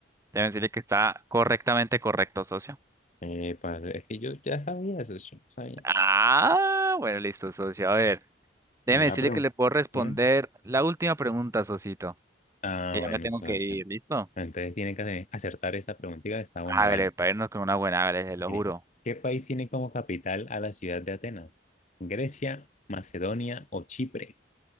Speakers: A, on the right (about 15°); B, on the left (about 40°).
A: Deben decirle que está correctamente correcto, socio.
B: Eh, Epa, es que yo ya sabía, socio, sabía.
A: Ah, bueno, listo, socio. A ver, déjeme
B: Mira
A: decirle
B: la pregunta.
A: que le puedo responder
B: Mira.
A: la última pregunta, socito.
B: Ah,
A: Que
B: bueno,
A: ya me tengo
B: socio.
A: que ir, ¿listo?
B: Entonces tiene que hacer- acertar esta preguntita que está muy
A: Hágale,
B: buena.
A: para irnos con una buena, hágale, se lo
B: Mire,
A: juro.
B: ¿qué país tiene como capital a la ciudad de Atenas? ¿Grecia, Macedonia o Chipre?